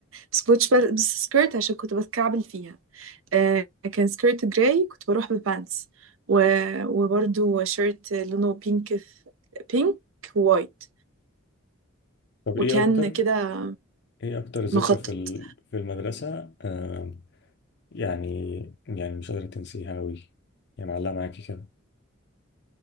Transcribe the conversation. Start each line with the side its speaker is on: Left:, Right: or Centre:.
Right: بس كنتش بلبس سكيرت عشان كنت بتكعبل فيها آه، كان سكيرت جراي كنت بروح ببانس و... وبرده شيرت لونه بينك في بينك وايت
Left: طب
Right: وكان
Left: ايه اكتر
Right: كده
Left: ايه اكتر ذكرى
Right: مخطط
Left: في ال- في المدرسة آه يعني يعني مش قادرة تنسيها أوي يعني معلقة معاكي كده